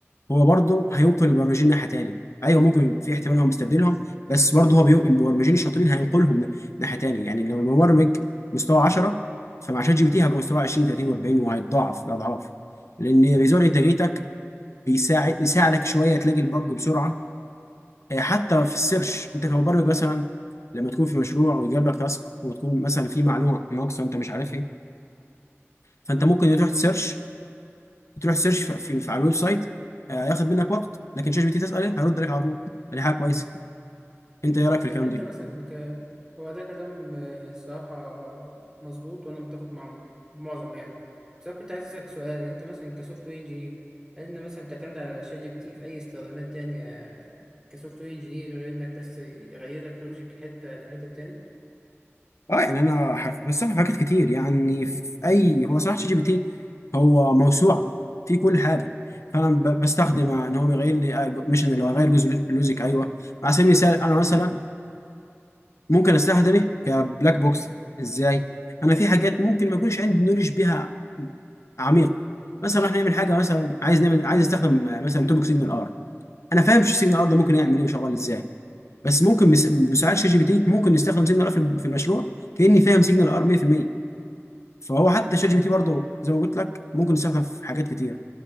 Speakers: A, on the left (about 75°); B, on the right (about 15°).
A: هو برضه هينقل البرمجين ناحيه تاني ايوه ممكن يبقى في احتمال هو مستبدلهم بس برضه هو بينقل المبرمجين الشاطرين هينقلهم ن- ناحيه تاني يعني لو المبرمج مستوى 10 فمع شات جي بي تي هيبقى مستوى 20 30 و40 وهيتضاعف الاضعاف لان بيزود انتاجيتك بيساعد يساعدك شويه تلاقي البج بسرعه آه، حتى في السيرش انت كمبرمج مثلا لما تكون في مشروع ويجيب لك تاسك وتكون مثلا في معلومه ناقصه انت مش عارف ايه فانت ممكن تروح تسيرش تروح تسيرش
B: امم
A: في, في, في على الويب سايت آه، ياخد منك وقت لكن شات جي بي تي تساله هيرد عليك على طول دي حاجه كويسه انت ايه رايك في
B: طب
A: الكلام
B: انت
A: ده؟
B: مثلا ك... هو ده كلام آه، الصراحة مظبوط وانا متفق مع معظم يعني بس انا كنت عايز اسألك سؤال انت مثلا كسوفت وير انجينير هل انت مثلا بتعتمد على شات جي بي تي في اي استخدامات تانية كسوفت وير انجينير غير انك بس يغير لك لوجيك حتة لحتة تاني؟
A: اه يعني انا حرف بس في حاجات كتير يعني في اي هو صراحه شات جي بي تي هو موسوعه في كل حاجه فانا ب- بستخدم ان هو بيغير لي آه، مش اللي هو غير جزء لوجيك ايوه على سبيل المثال انا مثلا ممكن استخدمه كبلاك بوكس ازاي انا في حاجات ممكن ما يكونش عندي نولج بيها عميق مثلا راح نعمل حاجه مثلا عايز نعمل عايز استخدم آه، مثلا توبك سيجنال ار انا فاهم سيجنال ار ده ممكن يعمل
B: امم
A: ايه وشغال ازاي بس ممكن بس- بمساعده شات جي بي تي ممكن نستخدم سيجنال ار في في المشروع كاني فاهم سيجنال ار 100% فهو حتى
B: امم
A: شات جي بي تي برضه زي ما قلت لك ممكن يستخدم في حاجات كتير